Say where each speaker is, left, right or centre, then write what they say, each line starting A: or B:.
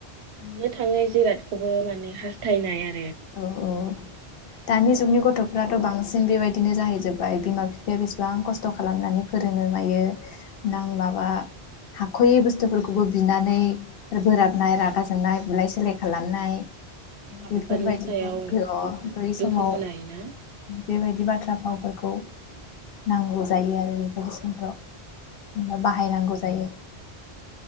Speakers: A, on the right; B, on the left.
A: मोननो थाङै जिरादखौबो माने हास्थायनाय आ
B: औ औ। दानि जुगनि गथ'फ्राथ' बांसिन बेबायदिनो जाहैजोबबाय बिमा बिफाया बेसेबां खस्थ' खालामनानै फोरोङो मायो नां माबा हाख'यै बुस्थुफोरखौबो बिनानै बोराबनाय रागा जोंनाय बुलाय सोलाय खालामनाय
A: <unintelligible>
B: बेफोरबायदिखौ
A: सायाव
B: गो अ बै समाव
A: दुखु होनाय ना
B: बेबायदि बाथ्रा फावफोरखौ नांगौ जायो आरो बेबायदि समफ्राव। बाहायनांगौ जायो।